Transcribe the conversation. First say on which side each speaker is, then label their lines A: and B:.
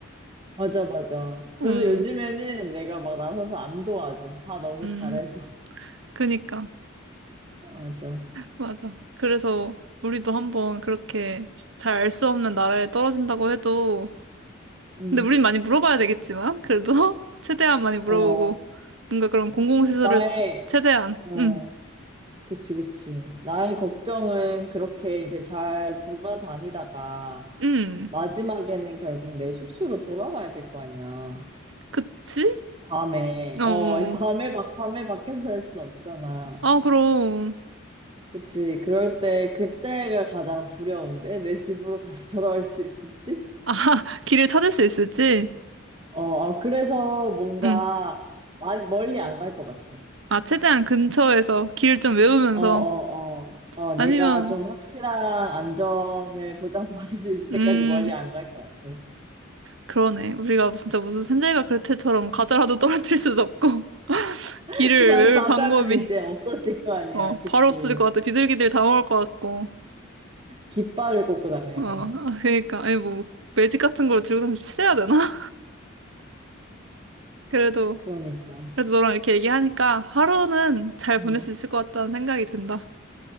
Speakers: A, on the right (about 25°); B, on the right (about 65°).
A: 맞아, 맞아. 그래서
B: <laughs> 어.
A: 요즘에는 내가 막 나서서 안 도와줘. 다 너무
B: 음.
A: 잘해서.
B: 그니까
A: <laughs> 맞아.
B: 맞아. 그래서 우리도 한번 그렇게 잘 알 수 없는 나라에 떨어진다고 해도
A: 응
B: 근데 우린 많이 물어봐야 되겠지만 그래도 <laughs> 최대한 많이 물어보고
A: 어,
B: 뭔가 그런 공공시설을
A: 나의,
B: 최대한
A: 어,
B: 음.
A: 그치, 그치. 나의 걱정은 그렇게 이제 잘 돌아다니다가
B: 음.
A: 마지막에는 결국 내 숙소로 돌아와야 될 거 아니야.
B: 그치?
A: 밤에,
B: 어.
A: 어,
B: 어.
A: 이 밤에 막, 밤에 밖에서 살 순 없잖아.
B: 아 그럼
A: 그치. 그럴 때, 그때가 가장 두려운데, 내 집으로 다시 돌아올 수 있을지?
B: 아 <laughs> 길을 찾을 수 있을지?
A: 어, 어, 그래서 뭔가,
B: 응.
A: 많이- 멀리 안 갈 것 같아.
B: 아, 최대한 근처에서 길 좀 외우면서
A: 어, 어, 어. 어, 내가
B: 아니면
A: 좀 확실한 안전을 보장받을 수 있을 때까지
B: 음,
A: 멀리 안 갈 것 같아.
B: 그러네. 우리가 진짜 무슨 산자이가 그레텔처럼 과자라도 떨어뜨릴 수도 없고 <laughs>
A: <laughs>
B: 길을
A: 그만
B: 외울
A: 과자는
B: 방법이
A: 이제 없어질 거 아니야.
B: 어,
A: 그치?
B: 바로 없어질 것 같아. 비둘기들 다 먹을 것 같고.
A: 깃발을 꽂고 다녀야
B: 어, 아,
A: 되나?
B: 그러니까 아니 뭐 매직 같은 걸 들고 좀 칠해야 되나? <laughs> 그래도
A: 그러니까.
B: 그래도 너랑 이렇게 얘기하니까 하루는 잘
A: 음.
B: 보낼 수 있을 것 같다는 생각이 든다.